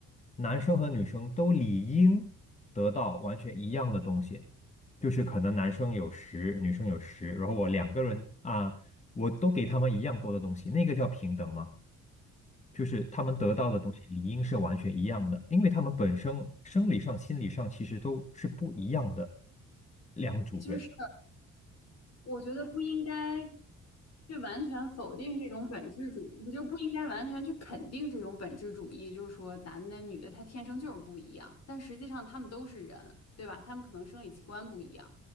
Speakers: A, on the left; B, on the left.
A: 男生和女生都理应得到完全一样的东西，就是可能男生有十，女生有十，然后我两个人啊，我都给他们一样多的东西，那个叫平等吗？就是他们得到的东西理应是完全一样的，因为他们本身生理上、心理上其实都是不一样的两组人。
B: 就是。我觉得不应该去完全否定这种本质主，不就不应该完全去肯定这种本质主义，就是说男的女的他天生就是不一样，但实际上他们都是人，对吧？他们可能生理器官不一样，